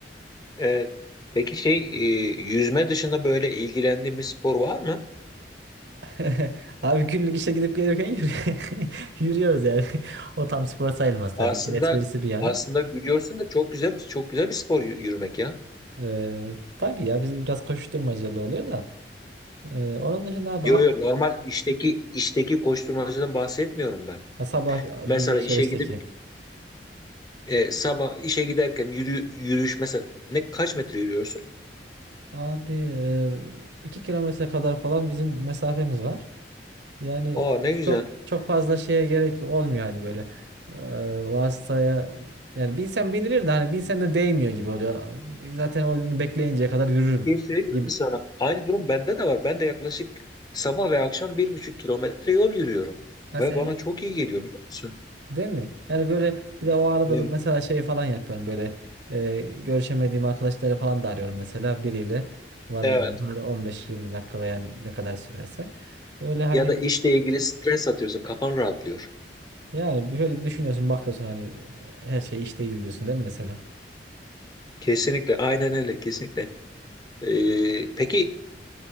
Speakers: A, on the left; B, on the right.
A: Ee, peki şey e, yüzme dışında böyle ilgilendiğin bir spor var mı?
B: <laughs> Abi günlük işe gidip gelirken yürü- <laughs> yürüyoruz yani. <laughs> O tam spor sayılmaz tabii.
A: Aslında
B: İşin esprisi bir yana.
A: aslında gülüyorsun da çok güzel çok güzel bir spor yü- yürümek ya.
B: Ee, tabii ya bizim biraz koşuşturmacalı oluyor da. Ee, onun dışında abi
A: Yo yo normal işteki işteki koşturmacadan bahsetmiyorum ben.
B: Ha, sabah
A: Mesela
B: gidiş
A: işe
B: yarıştaki.
A: gidip e, sabah işe giderken yürü, yürüyüş mesela ne kaç metre yürüyorsun?
B: Abi e, iki kilometre kadar falan bizim mesafemiz var. Yani
A: Aa ne güzel.
B: çok çok fazla şeye gerek olmuyor hani böyle e, vasıtaya yani binsen binilir de hani binsen de değmiyor gibi oluyor. Zaten o gün bekleyinceye kadar yürürüm
A: Bir şey söyleyeyim
B: gibi.
A: mi sana? Aynı durum bende de var. Ben de yaklaşık sabah ve akşam bir buçuk kilometre yol yürüyorum.
B: Ha,
A: Ve
B: sen,
A: bana çok iyi geliyor biliyor musun?
B: değil mi? Yani böyle bir de o arada
A: Evet.
B: ben mesela şey falan yapıyorum böyle e, görüşemediğim arkadaşları falan da arıyorum mesela biriyle varınca
A: Evet.
B: on beş yirmi dakika veya ne kadar sürerse. Öyle hani
A: Ya da işle ilgili stres atıyorsun, kafan rahatlıyor.
B: Yani böyle düşünüyorsun bakıyorsun hani her şey iş değil diyorsun değil mi mesela?
A: Kesinlikle, aynen öyle, kesinlikle. Ee, peki